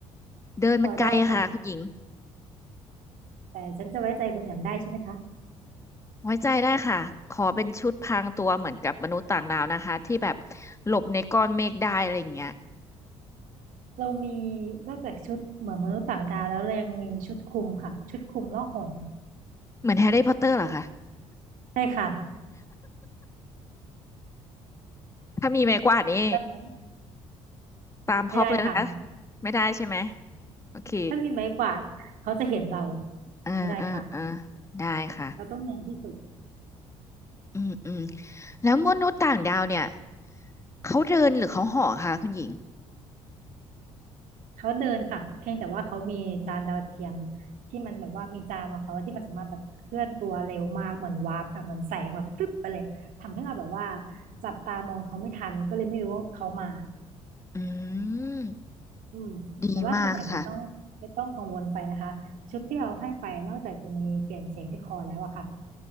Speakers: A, on the left (about 20°); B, on the right (about 55°).
A: เดินมันไกลอะค่ะคุณหญิง
B: ขอได้ค่ะแต่ฉันจะไว้ใจคุณแอมได้ใช่ไหมคะ
A: ไว้ใจได้ค่ะขอเป็นชุดพรางตัวเหมือนกับมนุษย์ต่างดาวนะคะที่แบบหลบในก้อนเมฆได้อะไรอย่างเงี้ย
B: เรามีนอกจากชุดเหมือนมนุษย์ต่างดาวแล้วเรายังมีชุดคลุมค่ะชุดคลุมล่องหน
A: เหมือนแฮร์รี่พอตเตอร์เหรอคะ
B: ใช่ค่ะ
A: ถ้ามีไม้กวาดนี่
B: แบบนั้น
A: ตามพร็อพเลยนะคะ
B: ไม่ได้ค่ะ
A: ไม่ได้ใช่ไหมโอเค
B: ถ้ามีไม้กวาดเขาจะเห็นเรา
A: เออเออเออ
B: ไม่ได้ค่ะ
A: ได้ค่ะ
B: เราต้องเนียนที่สุด
A: อืมอืมแล้วมนุษย์ต่างดาวเนี่ยเขาเดินหรือเขาเห่อคะคุณหญิง
B: เขาเดินค่ะเพียงแต่ว่าเขามีจานดาวเทียมที่มันแบบว่ามีจานของเขาที่มันสามารถแบบเคลื่อนตัวเร็วมากเหมือนวาร์ปค่ะเหมือนแสงแบบฟึบไปเลย ทำให้เราแบบว่าจับตามองเขาไม่ทันก็เลยไม่รู้ว่าเขามา
A: อืม
B: อืมแต่ว่าคุณแอมไม่ต้องไม่ต้องกังวลไปนะคะ
A: ดีมากค่ะ
B: ชุดที่เราให้ไปนอกจากจะมีเปลี่ยนเสียงที่คอแล้วอะค่ะ